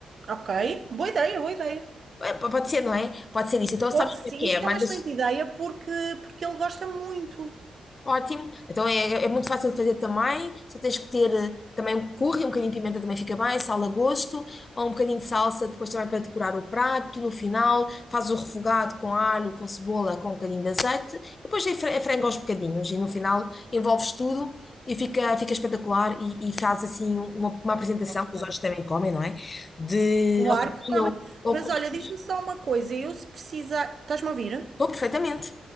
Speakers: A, on the right; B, on the left.
A: Ok, boa ideia, boa ideia.
B: é, pode ser, não é? Pode ser isso. Então
A: Pode
B: sabes o
A: ser,
B: que
A: isso
B: é? Mandas,
A: é uma excelente ideia porque, porque ele gosta muito.
B: Ótimo. Então é, é é muito fácil de fazer também. Só tens que ter eh, também um curry, um bocadinho de pimenta também fica bem, sal a gosto, ou um bocadinho de salsa depois também para decorar o prato. No final, faz o refogado com alho, com cebola, com um bocadinho de azeite. E Depois é fre- é frango aos bocadinhos e no final envolves tudo e fica, fica espetacular e, e faz assim um, uma, uma apresentação,
A: Ok.
B: que os outros também comem, não é? De
A: Claro
B: arrozinho
A: que come.
B: ou, ou
A: Mas
B: cuscuz.
A: olha, diz-me só uma coisa, eu se precisar, estás-me a ouvir?
B: Dou perfeitamente.